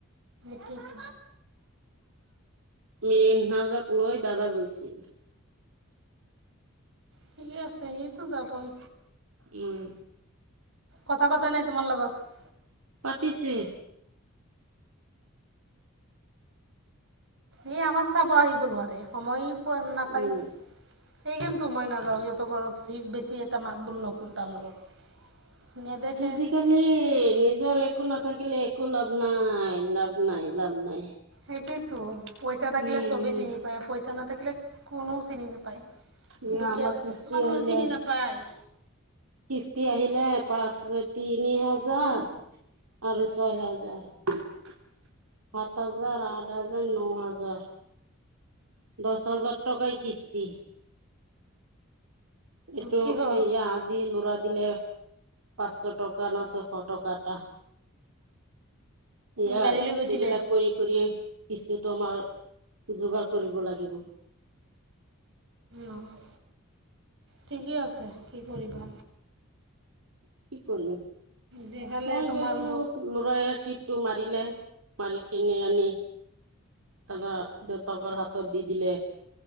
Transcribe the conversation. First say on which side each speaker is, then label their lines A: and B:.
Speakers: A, on the right; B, on the right.
A: কি ক
B: ম নাজয় দাদা গৈছিল
A: ঠিক আছে সেইতো যাবই
B: উম
A: কথা পতা নাই তোমাৰ লগত
B: পাতিছে
A: এই আমাক চাব আহিব নোৱাৰে সময় পোৱা নাপায়
B: উম
A: সেইকাৰণো মই নাযাওঁ সিহঁতৰ গৰ বেছি এটা মাত বোল নকৰো তাৰ লগত নেদেখে
B: আজিকালি নিজৰ একো নাথাকিলে একো লাভ নাই লাভ নাই লাভ নাই
A: সেইটোতো পইচা থাকিলে
B: উম
A: চবেই চিনি পায় পইচা নাথাকিলে কোনোও চিনি নোপায়
B: এয়া
A: দুখীয়া
B: আমাৰ কিস্তি
A: মানুহৰ
B: আহিলে
A: চিনি নাপায়
B: কিস্তি আহিলে পাঁচ তিনি হাজাৰ আৰু ছয় হাজাৰ সাত হাজাৰ আঠ হাজাৰ ন হাজাৰ দহ হাজাৰ টকাই কিস্তি এইটো
A: কিহৰ
B: এ আজি নৰা দিলে পাঁচশ টকা ন ছয়শ টকাটা এয়াই
A: গাড়ী লৈ গৈছিলে
B: এইবিলাক কৰি কৰি এইটো আমাৰ যোগাৰ কৰিব লাগিব
A: অ', ঠিকেই আছে, কি কৰিবা?
B: কি কৰিলি,
A: যিফালে
B: মই
A: তোমাৰ
B: গৈছো লৰায়ে টিপটো মাৰিলে। মাল কিনে আনি দাদা জতকৰ হাতত দি দিলে